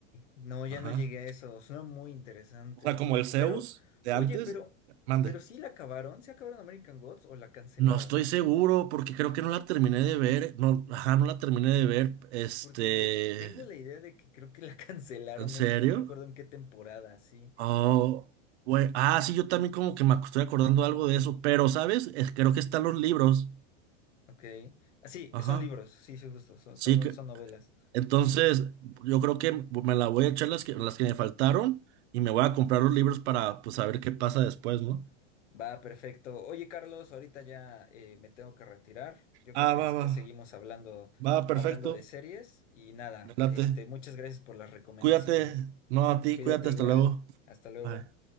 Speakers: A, on the left; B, on the right.
A: No, ya
B: Ajá.
A: no llegué a eso. Suena muy interesante.
B: O sea, como el Zeus
A: Pero,
B: de
A: oye,
B: antes,
A: pero,
B: mande.
A: pero sí la acabaron. ¿Se acabaron American Gods o la cancelaron?
B: No estoy seguro porque creo que no la terminé de ver. No, ajá, no la terminé de ver. Este,
A: Porque tengo la idea de que creo que la <laughs> cancelaron.
B: ¿en serio?
A: No, en- no recuerdo en qué temporada, sí.
B: Oh, güey. Ah, sí, yo también como que me ac- estoy acordando algo de eso, pero, ¿sabes? Es- creo que están los libros.
A: Ok. Ah, sí,
B: Ajá.
A: son libros, sí, sí, justo, son,
B: Sí
A: son, son
B: que
A: son novelas.
B: entonces yo creo que me la voy a echar las que las que me faltaron y me voy a comprar los libros para pues saber qué pasa después, ¿no?
A: Va, perfecto. Oye, Carlos, ahorita ya eh, me tengo que retirar. Yo
B: Ah,
A: creo que
B: va,
A: después
B: va.
A: seguimos hablando,
B: Va, perfecto.
A: hablando de series y nada,
B: Me late.
A: este, muchas gracias por las recomendaciones.
B: Cuídate. No, a ti,
A: Cuídate
B: cuídate,
A: igual,
B: hasta luego.
A: hasta luego.
B: Bye.